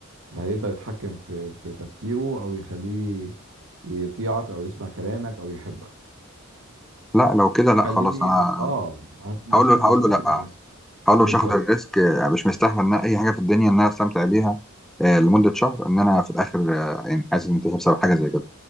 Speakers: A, on the right; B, in the centre.
A: لا هيقدر يتحكم في في تفكيره او يخليه يطيعك او يسمع كلامك او يحبك
B: لا لو كده لا
A: خليني
B: خلاص انا
A: اه هت- مش
B: هقول له
A: هت- مش
B: هقول له
A: هناخد
B: لا
A: الريسك
B: هقول له
A: بالظبط
B: مش هاخد الريسك آه، مش مستحمل ان أنا اي حاجه في الدنيا ان انا استمتع بيها آه، لمده شهر ان انا في الاخر آه، يعني حاسس انتهي بسبب حاجه زي كده